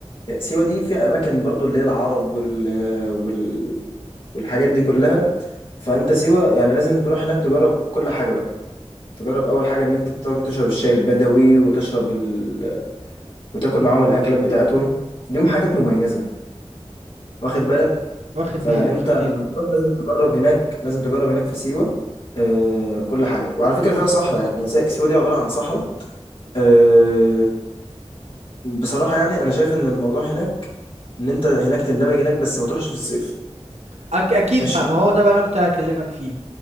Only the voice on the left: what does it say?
سيوة دي فيها اماكن برضو اللي هي العرب وال... وال... والحاجات دي كلها فانت سيوة يعني لازم تروح هناك تجرب كل حاجة بقى تجرب اول حاجة ان انت تاكل- تشرب الشاي البدوي وتشرب ال... وتاكل معاهم الاكلات بتاعتهم ليهم حاجات مميزة واخد
بالك
فانت
عشان
تروح لازم تجرب هناك لازم تجرب هناك في سيوه آه كل حاجه وعلى فكره فيها صحراء يعني س- سيوه دي عباره عن صحراء آه بصراحه يعني انا شايف ان الموضوع هناك ان انت هناك تندمج هناك بس ما تروحش في الصيف
ماشي